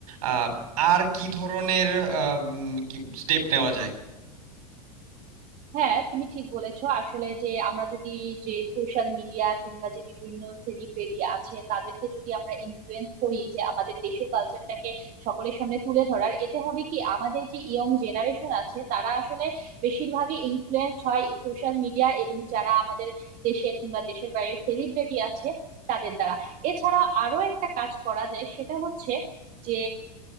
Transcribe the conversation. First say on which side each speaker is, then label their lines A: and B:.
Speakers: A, on the right; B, on the right.
A: আহ, আর কি ধরনের আহ, উম, কি স্টেপ নেওয়া যায়
B: হ্যাঁ তুমি ঠিক বলেছো আসলে যে আমরা যদি যে সোশ্যাল মিডিয়া কিংবা যে বিভিন্ন সেলিব্রিটি আছে তাদেরকে যদি আমরা ইনফ্লুয়েন্স করি যে আমাদের দেশীয় কালচারটাকে সকলের সামনে তুলে ধরার এতে হবে কি আমাদের যে ইয়ং জেনারেশন আছে তারা আসলে বেশিরভাগই ইনফ্লুয়েন্স হয় সোশ্যাল মিডিয়া এবং যারা আমাদের দেশের কিংবা দেশের বাইরের সেলিব্রিটি আছে তাদের দ্বারা এছাড়া আরো একটা কাজ করা যায় সেটা হচ্ছে যে